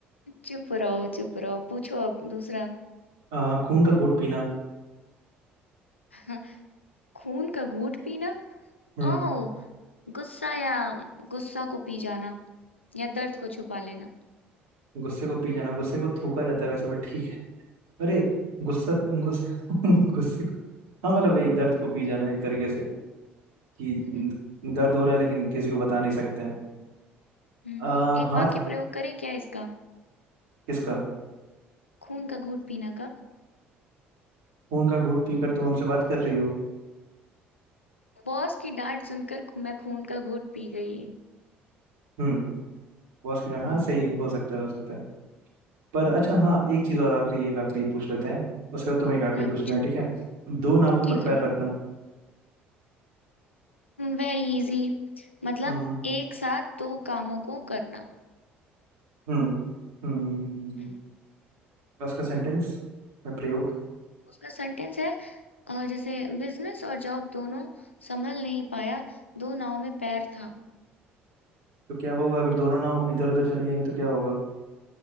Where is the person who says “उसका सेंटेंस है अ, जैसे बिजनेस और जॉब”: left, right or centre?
Left